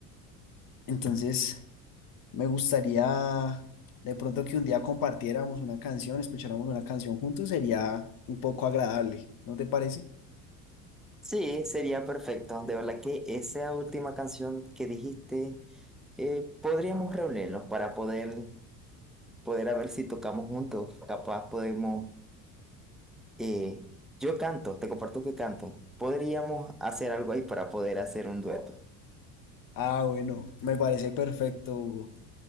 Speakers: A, on the left; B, in the centre.
A: Entonces, me gustaría de pronto que un día compartiéramos una canción, escucháramos una canción juntos, sería un poco agradable, ¿no te parece?
B: Sí, sería perfecto. De verdad que esa última canción que dijiste, eh, podríamos reunirnos para poder, poder a ver si tocamos juntos. Capaz podemos, eh, yo canto, te comparto que canto. Podríamos hacer algo ahí para poder hacer un dueto.
A: Ah, bueno, me parece perfecto, Hugo.